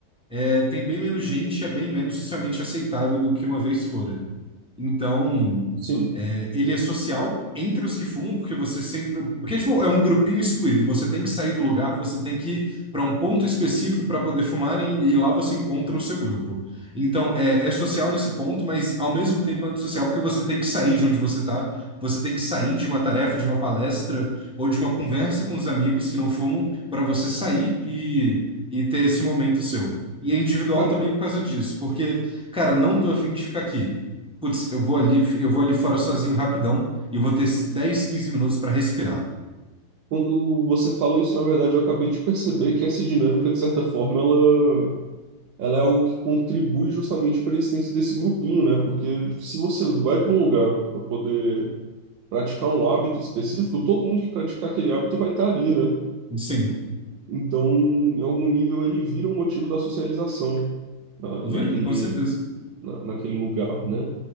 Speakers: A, in the centre; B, on the right.
A: é, tem bem menos gente, é bem menos socialmente aceitável do que uma vez fora. Então,
B: Sim.
A: é, ele é social entre os que fumam, porque você sempre. Porque, tipo, é um grupinho excluído. Você tem que sair do lugar, você tem que ir para um ponto específico para poder fumar e, e lá você encontra o seu grupo. Então, é, é social nesse ponto, mas ao mesmo tempo é antissocial, porque você tem que sair de onde você tá, você tem que sair de uma tarefa, de uma palestra ou de uma conversa com os amigos que não fumam, para você sair e, e ter esse momento seu. E é individual
B: Cara,
A: também por causa disso, porque, cara, não tô afim de ficar aqui. Putz, eu vou ali, eu vou ali fora sozinho rapidão e vou ter 10 15 minutos para respirar.
B: quando você falou isso, na verdade, eu acabei de perceber que essa dinâmica, de certa forma, ela, ela é algo que contribui justamente para a existência desse grupinho, né? Porque se você vai para um lugar para poder praticar um hábito específico, todo mundo que praticar aquele hábito vai estar ali, né?
A: Sim,
B: Então, em algum nível, ele vira um motivo da socialização. na,
A: vira,
B: naquele,
A: com certeza.
B: na, naquele lugar, né?